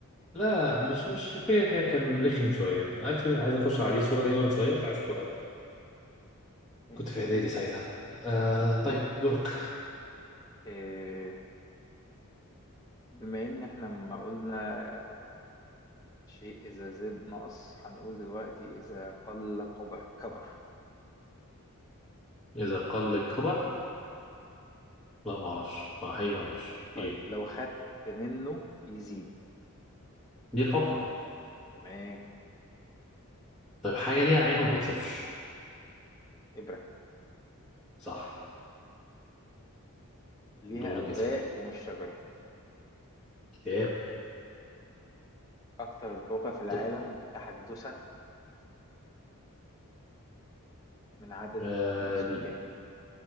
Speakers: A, in the centre; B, on the left.
A: لا مش مش فكرة كده كان رخم شوية اكشلي عايز اخش عليه صورة ليا وانا صغير عايز اخدها
B: ماشي.
A: كنت في اعدادي ساعتها آه طيب دورك
B: إيه بما ان احنا ما قلنا آه، شيء اذا زاد نقص هنقول دلوقتي اذا قل كبر كبر
A: اذا قل الكبر
B: اه
A: لا ما اعرفش ما حقيقي ما اعرفش
B: طيب
A: ايه
B: لو خدت منه يزيد
A: دي الحفرة
B: تمام
A: طيب حاجة ليها عين ما بتشوفش
B: ابرة
A: صح
B: ليها
A: دورك
B: اوراق
A: يا سيدي
B: ومش شجرة
A: كتاب
B: اكتر لغة في العالم
A: طب
B: تحدثا من عدد
A: آه
B: السكان
A: ال-